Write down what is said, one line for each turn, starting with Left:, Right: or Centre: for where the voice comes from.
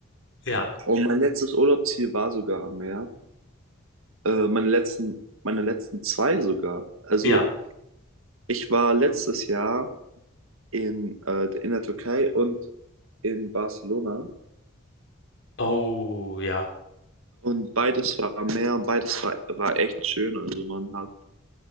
Left: ja.
Right: Und mein letztes Urlaubsziel war sogar am Meer. Äh, meine letzten, meine letzten zwei sogar. Also
Left: Ja.
Right: Ich war letztes Jahr in, äh, in der Türkei und in Barcelona
Left: Oh, ja.
Right: und beides war am Meer und beides war, war echt schön. Also man hat,